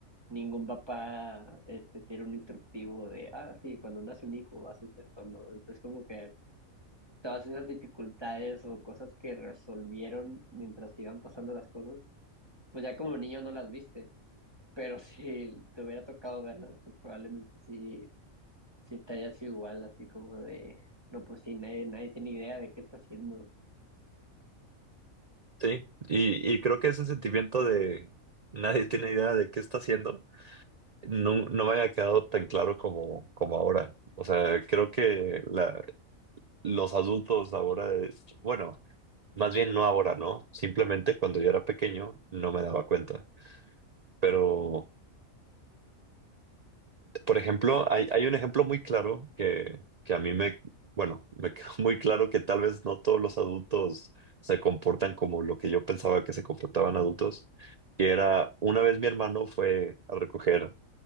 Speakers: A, on the right (about 20°); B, on the right (about 80°).
A: ningún papá este, tiene un instructivo de, ah, sí, cuando nace un hijo haces esto, ¿no? Entonces como que todas esas dificultades o cosas que resolvieron mientras iban pasando las cosas, pues ya como niño no las viste, pero <laughs> si te hubiera tocado verlas, pues probablemente sí, sí estarías igual, así como de, no, pues sí, nadie, nadie tiene idea de qué está haciendo.
B: Sí, y, y creo que ese sentimiento de nadie tiene idea de qué está haciendo, no, no me había quedado tan claro como, como ahora. O sea, creo que la, los adultos ahora, es- bueno, más bien no ahora, ¿no? Simplemente cuando yo era pequeño no me daba cuenta. Pero Por ejemplo, hay, hay un ejemplo muy claro que, que a mí me, bueno, me <laughs> quedó muy claro que tal vez no todos los adultos se comportan como lo que yo pensaba que se comportaban adultos, que era una vez mi hermano fue a recoger